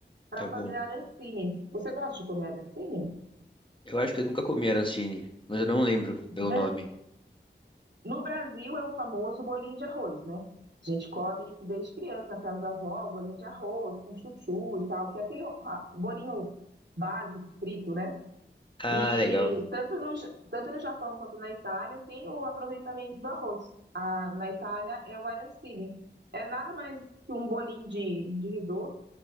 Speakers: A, on the right; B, on the left.
A: para
B: tá bom.
A: fazer arancine. Você gosta de comer arancine?
B: Eu acho que eu nunca comi arancine, mas eu não lembro pelo
A: Né?
B: nome.
A: No Brasil é o famoso bolinho de arroz, né? A gente come isso desde criança na casa da avó, bolinho de arroz com chuchu e tal, que é aquele ah, bolinho básico, frito, né?
B: Ah,
A: E
B: legal.
A: tanto no, Ja- tanto no Japão quanto na Itália tem o aproveitamento do arroz. A, na Itália é o arancine. É nada mais que um bolinho de, de risoto.